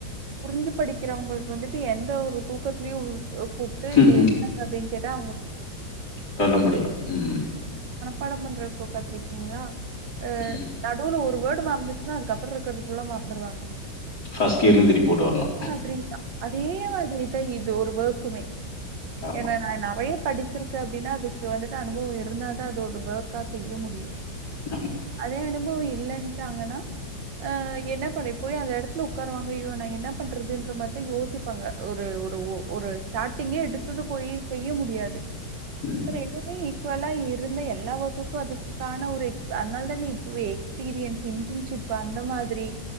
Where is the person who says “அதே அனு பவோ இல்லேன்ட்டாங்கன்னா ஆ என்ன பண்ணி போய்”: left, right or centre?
Right